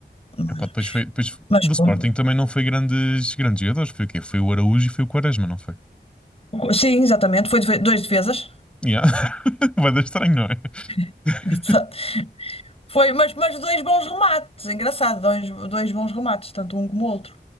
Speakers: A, on the left (about 30°); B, in the centre.
A: Mas,
B: Epá, depois foi, depois
A: mas
B: do
A: pronto.
B: Sporting também não foi grandes, grandes jogadores. Foi o quê? Foi o Araújo e foi o Quaresma, não foi?
A: Sim, exatamente, foi de- dois defesas.
B: Yeah. <laughs> Vai dar estranho, não é?
A: <laughs>
B: <laughs>
A: Exato. Foi, mas, mas dois bons remates, engraçado, dois, dois bons remates, tanto um como o outro.